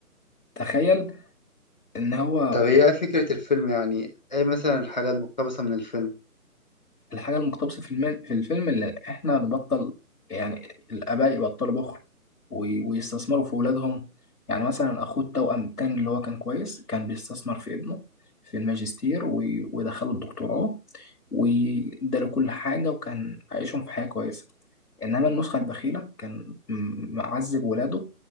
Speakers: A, on the left; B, on the left.
A: تخيل ان هو
B: طب هي ايه فكرة الفيلم يعني ايه مثلا الحاجة المقتبسة من الفيلم
A: الحاجة المقتبسة في المال في الفيلم اللي إحنا نبطل يعني الآباء يبطلوا بخل وي- ويستثمروا في أولادهم يعني مثلا أخوه التوأم التاني اللي هو كان كويس كان بيستثمر في ابنه في الماجستير وي- ودخله الدكتوراه واداله كل حاجة وكان عايشهم في حياة كويسة إنما النسخة البخيلة كان م- معذب ولاده